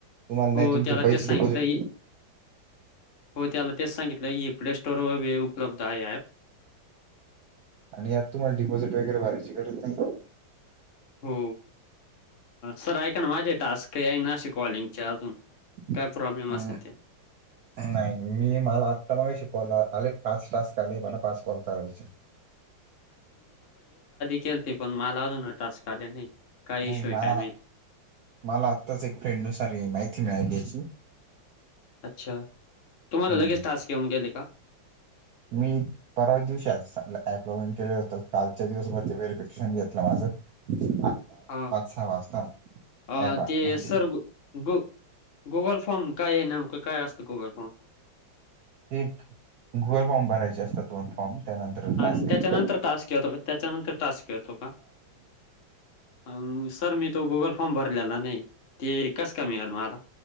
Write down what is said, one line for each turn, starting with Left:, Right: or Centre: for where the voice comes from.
Right: तुम्हाला नाही
Left: हो
Right: तुमचे
Left: त्याला
Right: पैसे
Left: ते सांगितलं
Right: डिपॉझिट
Left: हो त्याला तेच सांगितलं ह प्ले सटोर व उपलब्ध आहे ॲप <inaudible>
Right: आणि यात तुम्हाला डिपॉझिट वगैरे भरायची गरज नाही <inaudible>
Left: <inaudible> हो सर ऐक ना माझे टास्क आहे नाे कॉलिंगचे अजून
Right: <inaudible>
Left: काय प्रॉब्लेम
Right: नाही
Left: असेल ते.
Right: मी मला आत्ता मग शिकवलं पाच टचका म पाच कॉलता रच <inaudible>
Left: खेती पण मा लावत ना टस्काले नाही
Right: <inaudible>
Left: काय
Right: नाही
Left: इश्यू
Right: मला
Left: आहे काय माहित.
Right: मला आत्ताच एक फ्रेंड नुसार माहिती मिळा दची <inaudible>
Left: <inaudible> अच्छा तुम्हाला
Right: हं.
Left: लगेच टास्क घेऊन गेले का
Right: <inaudible> मी परवा दिवशी ऍप लॉग इन केलेलं होत कालच्या दिवसभरती व्हेरीिफिकेशन घेतलं माझं आता
Left: हा
Right: वाजता
Left: अ
Right: ॲप
Left: ते
Right: म्हणजे
Left: सर् ग <inaudible> गुगल फोम काय आहे नमकं काय असतं गुगल फोर्म
Right: एक गुगल फॉर्म भरायचे असतात दोन फॉर्म त्यानंतर टास्क
Left: आणि
Right: घेत
Left: त्याच्यानंतर टास्क येतो का त्याच्यानंतर ट कतो का <inaudible> सर मी तो गुगल फॉर्म भरलेला नाही ते कसं का मिळेल मला